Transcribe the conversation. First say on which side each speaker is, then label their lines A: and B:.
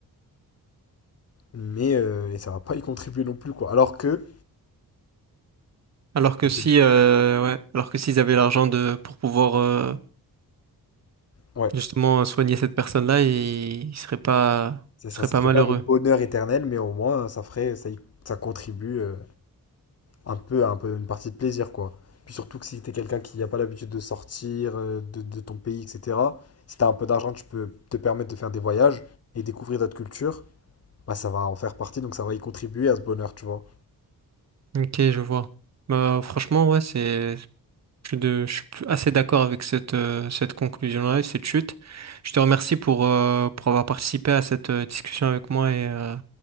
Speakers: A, on the left; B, on the right.
A: mais euh, et ça va pas y contribuer non plus, quoi. Alors que,
B: Alors que
A: Ok.
B: si, euh, ouais, alors que s'ils avaient l'argent de pour pouvoir euh,
A: ouais,
B: justement euh, soigner cette personne-là, ils, ils seraient pas,
A: c'est ça,
B: ils seraient
A: ça
B: pas
A: serait
B: malheureux.
A: pas le bonheur éternel, mais au moins ça ferait, ça, y- ça contribue euh, un peu à un peu une partie de plaisir, quoi. Puis surtout que si t'es quelqu'un qui n'a pas l'habitude de sortir euh, de, de ton pays, etc., si t'as un peu d'argent, tu peux te permettre de faire des voyages et découvrir d'autres cultures, bah ça va en faire partie, donc ça va y contribuer à ce bonheur, tu vois.
B: Ok, je vois. Bah franchement, ouais, c'est. Je suis, de- je suis plus- assez d'accord avec cette, euh, cette conclusion-là et cette chute. Je te remercie pour, euh, pour avoir participé à cette euh, discussion avec moi et euh,